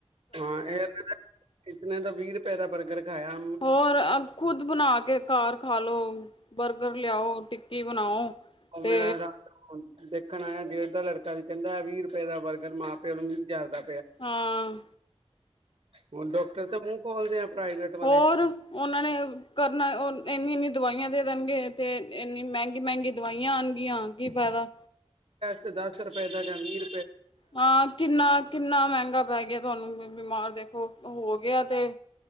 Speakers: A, on the right (about 70°); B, on the left (about 55°).
A: ਹਾਂ ਇਸਨੇ ਤੇ ਕਿਤਨੇ ਦਾ ਵੀਹ ਰੁਪਏ ਦਾ ਬਰਗਰ ਖਾਇਆ
B: ਹੋਰ ਖੁਦ ਬਣਾ ਕੇ ਘਰ ਖਾਲੋ ਹ ਬਰਗਰ ਲਿਆਓ ਟਿੱਕੀ ਬਣਾਓ
A: ਉਹ
B: ਤੇ
A: ਮੇਰਾ ਰਾਤ ਹੁਣ ਦੇਖਣ ਆਇਆ ਗੇੜ ਦਾ ਲੜਕਾ ਵੀ ਕਹਿੰਦਾ ਵੀਹ ਰੁਪਏ ਦਾ ਬਰਗਰ ਮਾਂ ਪਿਓ ਨੂੰ ਮੀਹ ਜਾਦਾ
B: ਹਾਂ
A: ਉਹ ਡਾਕਟਰ ਤਾਂ ਮੂੰਹ ਖੋਲਦੇ ਪ੍ਰਾਈਵੇਟ ਵਾਲੇ
B: ਹੋਰ ਉਹਨਾਂ ਨੇ ਕਰਨਾ ਉਹ ਇੰਨੀ ਇਨੀ ਦਵਾਈਆਂ ਦੇ ਦੇਣਗੇ। ਤੇ ਇੰਨੀ ਮਹਿੰਗੀ, ਮਹਿੰਗੀ ਦਵਾਈਆਂ ਆਉਣਗੀਆਂ ਕੀ ਫਾਇਦਾ।
A: ਦਾਸਰਪ ਇਹਦਾ ਵੀਰ
B: ਹਾਂ ਕਿੰਨਾ ਕਿੰਨਾ ਮਹਿੰਗਾ ਪੈ ਗਿਆ ਤੁਹਾਨੂੰ ਬਿਮਾਰ ਦੇਖੋ ਹੋ ਗਿਆ ਤੇ।